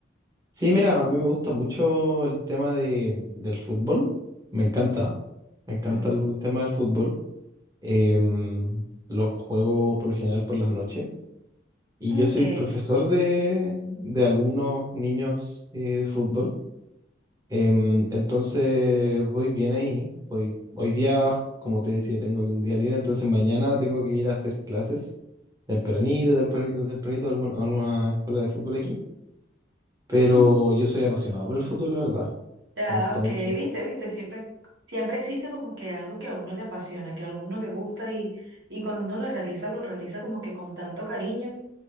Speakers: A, on the right (about 20°); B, on the right (about 75°).
A: Sí, mira, a mí me gusta mucho el tema de, del fútbol. Me encanta. Me encanta
B: Mm,
A: el tema del fútbol. Em, lo juego por lo general por las noches. Y
B: Ok.
A: yo soy profesor de, de alumnos, niños eh, de fútbol. Em, entonces voy bien ahí. Voy, hoy día, como te decía, tengo el día libre, entonces mañana tengo que ir a hacer clases tempranito, tempranito, tempranito a alguna, a alguna escuela de fútbol aquí. Pero
B: mm,
A: yo soy apasionado por el fútbol, la verdad.
B: Ya,
A: Me gusta
B: ok,
A: mucho.
B: viste, viste, siempre, siempre existe como que algo que a uno le apasiona, que a alguno le gusta y, y cuando uno lo realiza, lo realiza como que con tanto cariño.